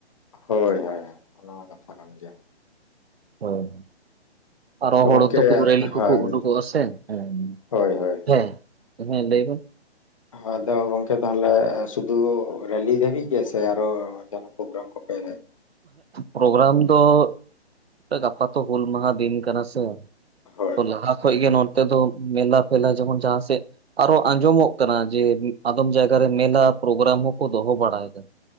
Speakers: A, on the left (about 30°); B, on the right (about 65°).
A: ᱦᱳᱭ ᱦᱳᱭ ᱚᱱᱟᱦᱚᱸ ᱠᱟᱛᱷᱟ ᱠᱟᱱ ᱜᱮᱭᱟ᱾
B: ᱦᱳᱭ ᱦᱳᱭ ᱟᱨᱚ
A: ᱛᱚ
B: ᱦᱚᱲ
A: ᱜᱚᱝᱠᱮ
B: ᱦᱚᱸᱛᱚ ᱠᱚ ᱨᱮᱞᱤ ᱠᱚᱠᱚ
A: ᱦᱳᱭ,
B: ᱩᱰᱩᱠᱚᱜ ᱟᱥᱮ ᱦᱮᱸ᱾
A: ᱦᱳᱭ, ᱦᱳᱭ,
B: ᱦᱮᱸ, ᱦᱮᱸ ᱞᱟᱹᱭ ᱵᱮᱱ᱾
A: ᱟᱫᱚ ᱜᱚᱝᱠᱮ ᱛᱟᱦᱚᱞᱮ ᱥᱩᱫᱩ ᱨᱮᱞᱤ ᱫᱷᱟᱹᱵᱤᱡ ᱜᱮ ᱥᱮ ᱟᱨᱚ ᱡᱟᱦᱟᱱᱟᱜ ᱯᱨᱳᱜᱨᱟᱢ ᱠᱚᱯᱮ
B: ᱯᱨᱳᱜᱨᱟᱢ ᱫᱚ ᱜᱟᱯᱟ ᱛᱚ ᱦᱩᱞ ᱢᱟᱦᱟ ᱫᱤᱱ ᱠᱟᱱᱟ ᱥᱮ
A: ᱦᱳᱭ,
B: ᱞᱟᱦᱟ ᱠᱷᱚᱡ ᱜᱮ ᱱᱚᱛᱮ ᱫᱚ ᱢᱮᱞᱟ ᱯᱷᱮᱞᱟ ᱡᱮᱢᱚᱱ ᱡᱟᱦᱟᱸ ᱥᱮᱫ ᱟᱨᱚ ᱟᱸᱡᱚᱢᱚᱜ ᱠᱟᱱᱟ ᱡᱮ ᱟᱫᱚᱢ ᱡᱟᱭᱜᱟ ᱨᱮ ᱢᱮᱞᱟ ᱯᱨᱳᱜᱨᱟᱢ ᱦᱚᱸᱠᱚ ᱫᱚᱦᱚ ᱵᱟᱲᱟᱭᱮᱫᱟ᱾